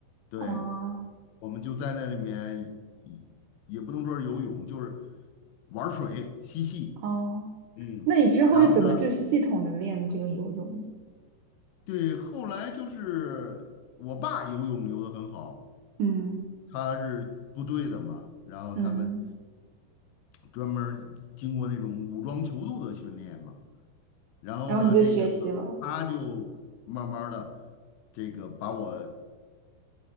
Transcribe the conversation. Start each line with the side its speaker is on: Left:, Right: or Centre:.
Left: 对，
Right: 哦
Left: 我们就在那里面，也也不能说是游泳，就是玩水嬉戏，
Right: 哦，
Left: 嗯，
Right: 那你之后是怎么就系统的练这个游泳？
Left: 然后呢，对，后来就是我爸游泳游得很好，
Right: 嗯
Left: 他是部队的嘛，然后他们
Right: 嗯，
Left: 专门儿经过那种武装泅渡的训练嘛，然后呢，
Right: 然后你就学习了，
Left: 这个他就慢慢的这个把我。